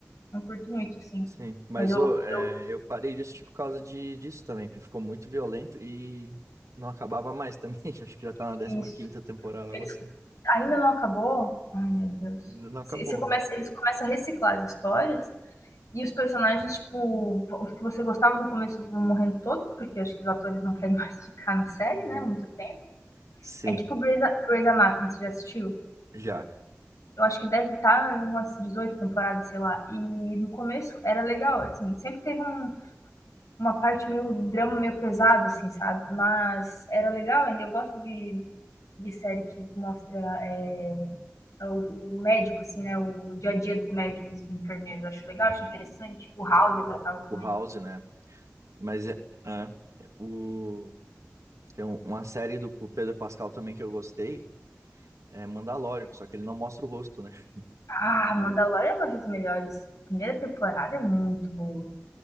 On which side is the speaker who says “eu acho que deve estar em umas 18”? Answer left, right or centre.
Left